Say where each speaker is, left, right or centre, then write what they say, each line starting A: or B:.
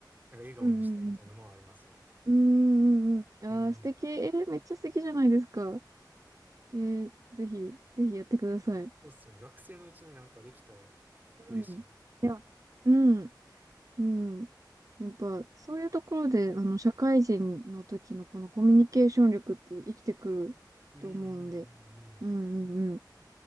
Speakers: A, on the right (about 25°); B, on the right (about 45°).
A: なんか笑顔にしたいみたいなのはありますよね。
B: うんうんうん。うんうんうん。ああ、
A: うん。
B: 素敵。えーめっちゃ素敵じゃないですか。えーぜひ、ぜひやってください。
A: そうっすよね。学生のうちになんかできたら嬉しいかも。
B: うん。うん。うん。やっぱ、そういうところで、あの、社会人の時のこのコミュニケーション力って生きてくると思うんで、
A: うんうんうんうん
B: うんうんうん。